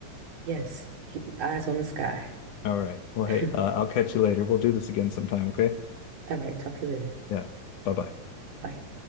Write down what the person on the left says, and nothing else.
All right. Well,
hey, uh, I'll catch you later. We'll do this again sometime, okay?
Yeah. Bye-bye.